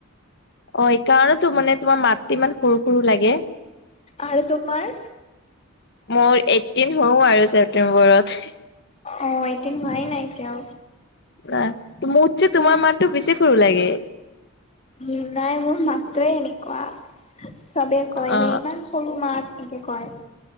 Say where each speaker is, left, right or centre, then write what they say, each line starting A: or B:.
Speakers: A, on the left; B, on the left.
A: অ এইকাৰণেটো মানে তোমাৰ মাত ইমান সৰু সৰু লাগে।
B: আৰু তোমাৰ?
A: মোৰ এইটিন হও আৰু ছেপ্টেম্বৰত।
B: অ এতিয়া নোহোৱাই নাই এতিয়াও।
A: লা তো মূতছে তোমাৰ
B: নাই।
A: মাতটো বেছি সৰু লাগে।
B: উম, নাই মোৰ মাতটোৱে এনেকুৱা, চবে কয়
A: অ
B: যায় ইমান সৰু মাত এনেকে কয়,